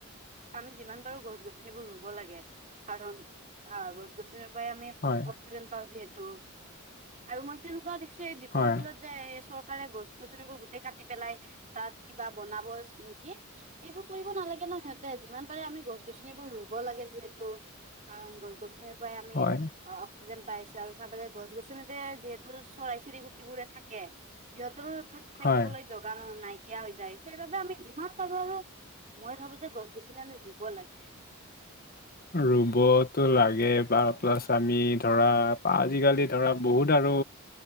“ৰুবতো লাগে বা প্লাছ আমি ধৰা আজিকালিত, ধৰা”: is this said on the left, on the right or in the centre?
Left